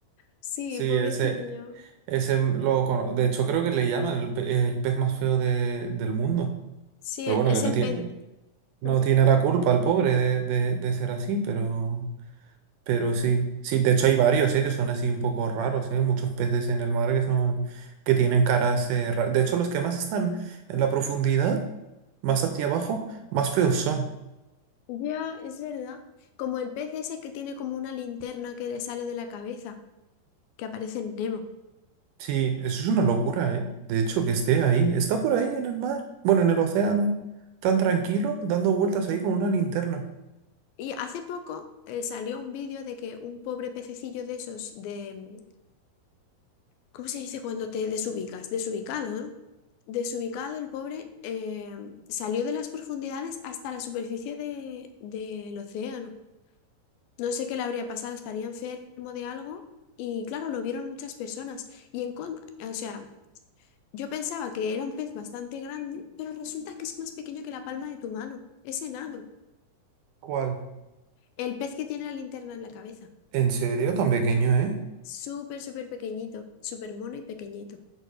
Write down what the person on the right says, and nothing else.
Sí,
ese, ese lo cono- De hecho, creo que le llaman el, pe- el pez más feo de- del mundo.
Pero
bueno,
que no
tiene,
no
tiene la culpa el pobre de, de- de ser así, pero, pero sí. Sí, de hecho hay varios, ¿eh? que son así un poco raros, ¿eh? Muchos peces en el mar que son, que tienen caras, eh, ra- De hecho, los que más están en la profundidad, más hacia abajo, más feos son.
Sí, eso es una locura, ¿eh? De hecho, que esté ahí, está por ahí en el mar, bueno, en el océano, tan tranquilo, dando vueltas ahí con una linterna.
¿Cuál?
¿En serio? Tan pequeño, ¿eh?